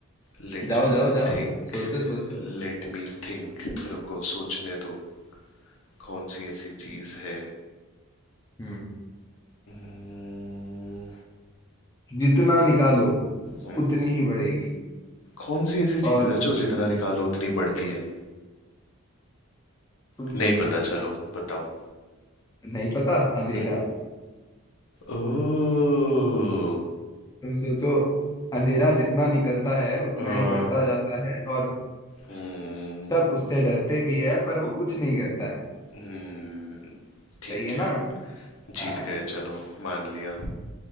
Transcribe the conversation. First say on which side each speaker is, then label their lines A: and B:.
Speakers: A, on the left (about 65°); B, on the left (about 15°).
A: Let
B: जाओ
A: me
B: जाओ जाओ
A: think
B: सोचो सोचो
A: let me think रुको सोचने दो कौन सी ऐसी चीज है
B: हम्म
A: Hmm,
B: जितना निकालो
A: hmm.
B: उतनी ही बढ़ेगी
A: कौन सी ऐसी
B: और
A: चीज है जो जितना निकालो उतनी बढ़ती है
B: तुम
A: नहीं
B: सोचो
A: पता चलो बताओ
B: नहीं पता अंधेरा
A: हम्म ओह,
B: तुम सोचो अंधेरा जितना निकलता है उतना
A: आ,
B: ही बढ़ता जाता है और
A: हम्म,
B: सब उससे डरते भी है पर वो कुछ नहीं करता है
A: हम्म, ठीक
B: सही है ना
A: है जीत
B: हाँ
A: गए चलो मान लिया